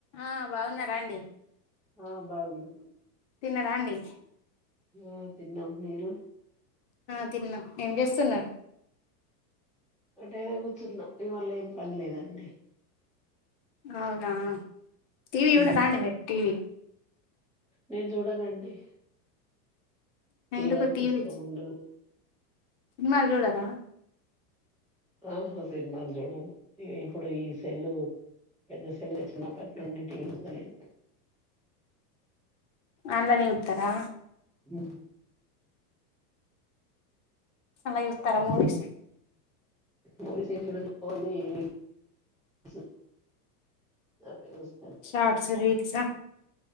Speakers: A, on the left; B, in the centre.
A: ఆ బాగున్నారా అండి
B: ఆ బాగున్నం
A: తిన్నారా అండి
B: ఆ తిన్నాం మీరు
A: ఆ తిన్నాం ఏం చేస్తున్నారు
B: వటైనా కూర్చున్నాం ఇవాళ ఏం పని లేదండి
A: అవునా టీవి చూడారాండి
B: మ్మ్.
A: మీరు టీవి
B: నేను చూడనండి టీవి
A: ఎందుకు
B: అంత
A: టీవీ
B: ఇష్టం ఉండదు
A: సినిమాలు చూడరా
B: ఆహా సినిమాలు చూడను ఇప్పుడు ఈ సెల్లు పెద్ద సెల్లు తెచ్చుకున్నపుడు నుండి టీవీ చూతలేను
A: అందులోనే చూతారా
B: హ్మ్
A: సెల్ లో చూస్తారా మూవీస్
B: మూవీస్ ఏం చూడను ఓన్లీ రీల్స్ అవే చుస్
A: షార్ట్స్ రీల్స్ ఆ